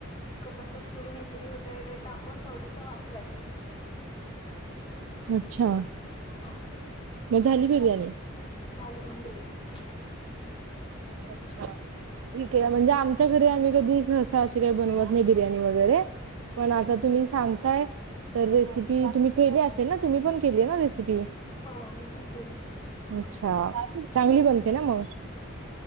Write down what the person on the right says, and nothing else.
अच्छा.
मग झाली बिर्याणी.
अच्छा. ठीके आहे. म्हणजे आमच्या घरी आम्ही कधी सहसा अशी काही बनवत नाही बिर्याणी वगैरे. पण आता तुम्ही सांगताय. तर रेसिपी तुम्ही केली असेल ना? तुम्ही पण केली आहे ना रेसिपी.
अच्छा चांगली बनते ना मग?